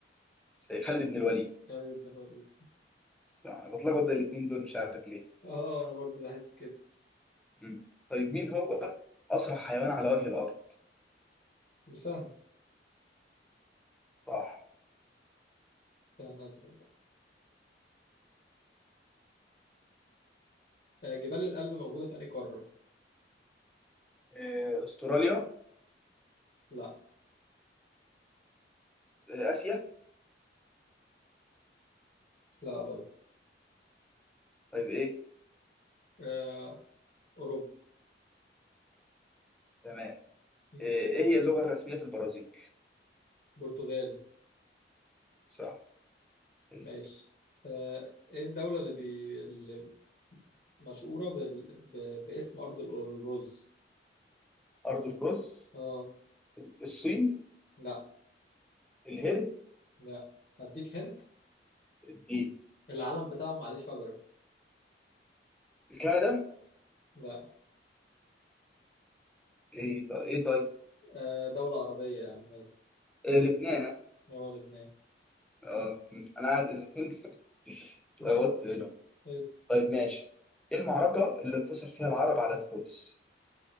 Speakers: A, in the centre; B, on the left.
A: سيد خالد بن الوليد
B: خالد بن الوليد
A: صح انا بتلخبط بين الاثنين دول مش عارف ليه
B: اه أنا برضو بحس كده
A: مم. طيب مين هو اسرع حيوان على وجه الارض
B: الفهد
A: صح
B: استنى أسأل بقى. آه. جبال الألب موجودة في أنهي قارة؟
A: آه، استراليا
B: لأ
A: آه، اسيا
B: لأ برضو
A: طيب ايه
B: آه. أوروبا
A: تمام
B: يس.
A: آه، ايه هي اللغة الرسمية في البرازيل
B: برتغالي
A: صح اسال
B: ماشي آه، ايه الدولة اللي, بي... اللي مشهورة بال... ب... باسم أرض ال- الرز
A: ارض الرز
B: اه
A: الصين
B: لا
A: الهند
B: لا هديك هنت
A: الدين
B: العلم بتاعهم عليه شجرة
A: كندا
B: لا
A: ايه طيب ايه طيب
B: آه، دولة عربية يا عم يلا
A: إيه لبنان
B: اه لبنان
A: اه انا قاعد الهند <laughs>
B: مم.
A: لغوت هنا
B: يس.
A: طيب ماشي ايه المعركة اللي انتصر فيها العرب على الفرس